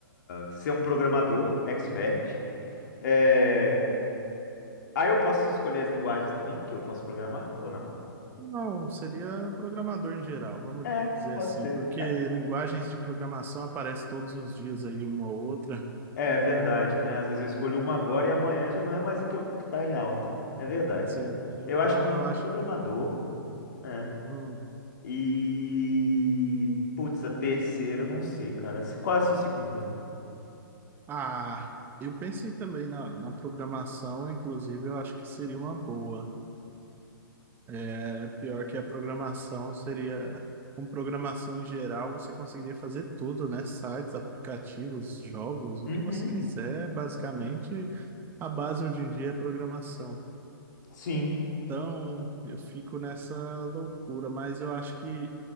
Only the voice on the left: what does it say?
ser um programador expert. É... Aí eu posso escolher as linguagens também que eu posso programar ou não?
É,
pode
É. ser.
É verdade, né? Às vezes eu escolho uma agora e amanhã já não é mais o que, eu, que tá em alta. É verdade.
Eu
acho que
um
programador,
né?
E. Putz, a terceira, eu não sei, cara. Se- Qual é a sua segunda?
Uhum,
sim.